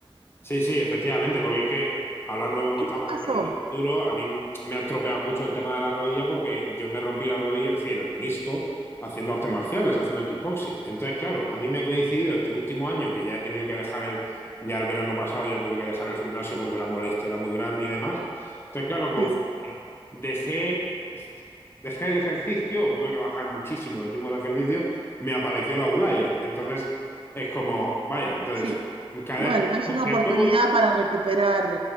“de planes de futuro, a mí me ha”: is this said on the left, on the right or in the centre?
Left